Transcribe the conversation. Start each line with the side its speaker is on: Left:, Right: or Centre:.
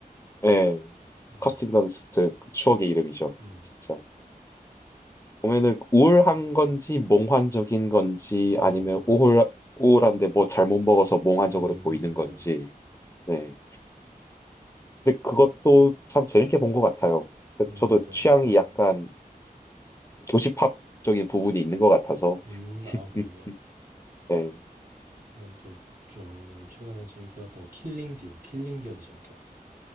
Left: 네,
Right: 맞아요.
Left: 커스틴 던스트 추억의 이름이죠,
Right: 네네.
Left: 진짜. 보면은 우울한 건지 몽환적인 건지
Right: 그죠
Left: 아니면
Right: 그죠.
Left: 우울 우울한데 뭐 잘못 먹어서 몽환적으로
Right: 그죠 그죠
Left: 보이는
Right: 그죠.
Left: 건지 네 근데 그것도 참 재밌게 본 것 같아요 그-
Right: 음
Left: 저도
Right: 맞아요.
Left: 취향이
Right: 음.
Left: 약간 교시팝적인 부분이 있는 것 같아서
Right: 음,
Left: <laughs>
Right: 아 그러네요.
Left: 네.
Right: 그러면 또 저는 최근에 재밌게 봤던 거 킬링 디어. 킬링 디어도 재밌게 봤어요.